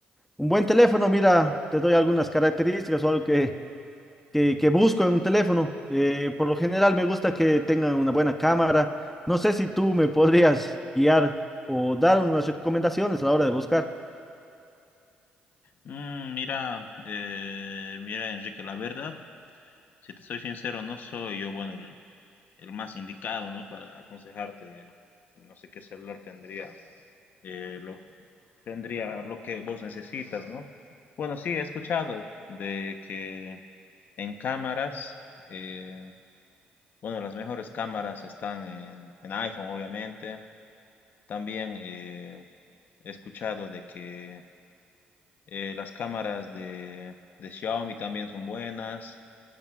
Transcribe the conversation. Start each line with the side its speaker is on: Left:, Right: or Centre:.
Centre: un buen teléfono. Mira, te doy algunas características o algo que que, que busco en un teléfono. Eh, por lo general me gusta que tengan una buena cámara. No sé si tú me podrías guiar o dar unas recomendaciones a la hora de buscar.
Left: Mm, mira, eh, mira, Enrique, la verdad, si te soy sincero, no soy yo, bueno, el, el más indicado, ¿no? Para aconsejarte, no sé qué celular tendría, eh, lo, tendría lo que vos necesitas, ¿no? Bueno, sí, he escuchado de que en cámaras, eh, bueno, las mejores cámaras están en, en iPhone, obviamente. También eh, he escuchado de que Eh, las cámaras de, de Xiaomi también son buenas,